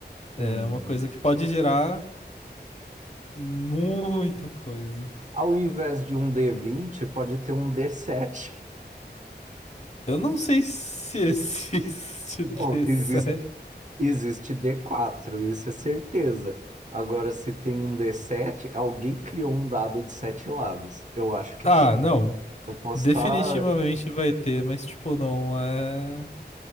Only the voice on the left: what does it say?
É
uma coisa que pode gerar muita coisa.
Eu não sei se existe <laughs> D7.
Ah,
não.
Definitivamente
vai ter, mas tipo, não é.